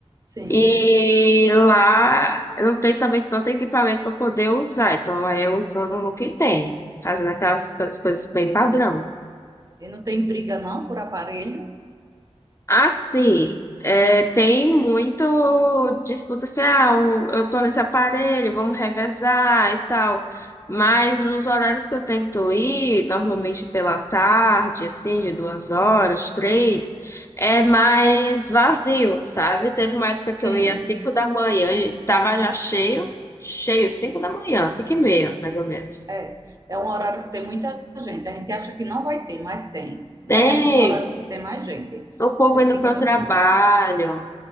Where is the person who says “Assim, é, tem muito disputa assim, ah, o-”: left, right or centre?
Left